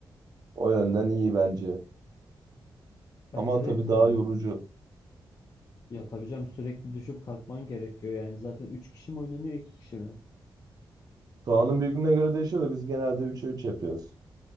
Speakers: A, on the right; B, on the left.
A: O yönden iyi bence.
B: Bence
A: Ama
B: de
A: tabii
B: güzel
A: daha yorucu.
B: ya. Ya tabii canım sürekli düşüp kalkman gerekiyor. Yani zaten 3 kişi mi oynanıyor 2 kişi mi?
A: Sahanın büyüklüğüne göre değişiyor da biz genelde 3'e 3 yapıyoruz.